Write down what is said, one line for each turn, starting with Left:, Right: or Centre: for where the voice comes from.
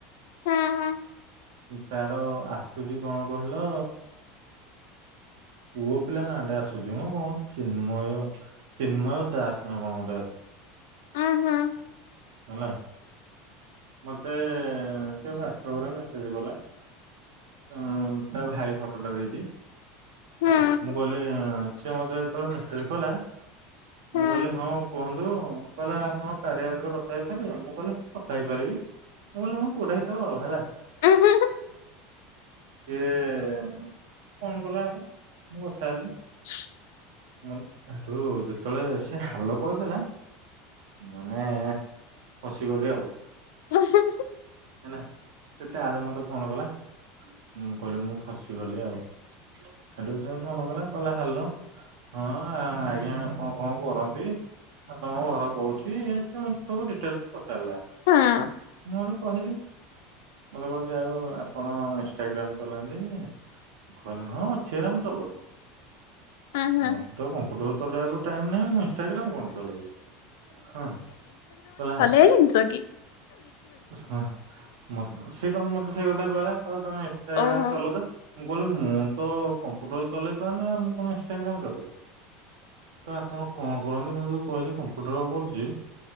Left: ହୁଁ ହୁଁ
Right: ସେ ତାର ଆସୁଛି କଣ କହିଲ? ପୁଅ ପିଲା ନାଟା ଆସୁଛି ମୁଁ କଣ ଚିନ୍ମୟ ଚିନ୍ମୟ ଦାସ ନା କଣ ଗୋଟେ ଆସୁଛି।
Left: ଅ, ହଁ।
Right: ହେଲା। ମତେ ସେ ୱଟସବରେ ମେସେଜ କଲା। ହଁ ତା ଭାଇ ଫଟୋଟା ଦେଇଛି।
Left: ହୁଁ
Right: ମୁଁ ଗଲି ସିଏ ମତେ ତଳେ ମି କହିଲା
Left: ହୁଁ।
Right: ମୁଁ କହିଲି ହଁ କୁହନ୍ତୁ କହିଲା ଆପଣ କାରିଆ ଆପରେ କଥା ହେଇପାରିବେ। ମୁଁ କହିଲି କଥା ହେଇପାରିବି ପାରିବି ମୁଁ କହିଲି ମୁ ପୁଅଟା ସହିତ ହେଲା।
Left: ଉ ହୁ ହୁ
Right: ସିଏ ଫୋନ କଲା ଆଗ ମୁଁ କଥା ହେଲି।
Left: <inaudible>
Right: ମୋ ହେଠୁ ଯେତେବେଳେ ସେ ହାଲୋ କରିଦେଲା। <unintelligible> ପଶିଗଲି ଆଉ।
Left: <unintelligible>
Right: ହେଲା ସେ ତା ଆଡୁ ମତେ ଫୋନ କଲା। ମୁଁ କହିଲି ମୁଁ ଫସିଗଲି ଆଉ ସେଠୁ ସେ ଫୋନ୍ କଲା କହିଲା ହାଲୋ। ହଁଆ ଆଜ୍ଞା ଆପଣ କଣ କରନ୍ତି? ଆପଣଙ୍କ ଘର କୋଉଠି ଇଏ ସେ ମତେ ସବୁ ଡିଟେଲସ ପଚାରିଲା।
Left: ହଁ।
Right: ମୁଁ ହେଠୁ କହିଲି ମତେ କହୁଛି ଆଉ ଆପଣ ଇନଷ୍ଟାଗ୍ରାମ ଚଲାନ୍ତି। ଘଲେ ହଁ ଅଛି ହେରା ମୁଚଲଉନି।
Left: ହଁ ହୁଁ
Right: ମତେ ତ କମ୍ପ୍ୟୁଟର ଚଲେଇବାକୁ ଟାଇମ ନାହିଁ। ଇନ୍ଷ୍ଟାଗ୍ରାମ କଣ ଚଳେଇବି? ହଁ କହିଲା?
Left: ସେ ଜିନିଷକି?
Right: ହ ମତ୍ ସେ କଣ ମତେ ସେ କଥା କହିଲା କି ତମେ ଇନଷ୍ଟାଗ୍ରାମ
Left: ଓହୋ
Right: ଚଲଉଛ। ମୁଁ କହିଲି ମୁଁ ତ କମ୍ପ୍ୟୁଟର ଚଲେଇ ପାରୁନି ମୁଁ କଣ ଇନଷ୍ଟାଗ୍ରାମ ଚଲେଇବି। ତ ଆପଣ କଣ କରନ୍ତି ମୁଁ ଯୋଉ କହିଲି କମ୍ପ୍ୟୁଟର କରୁଛି।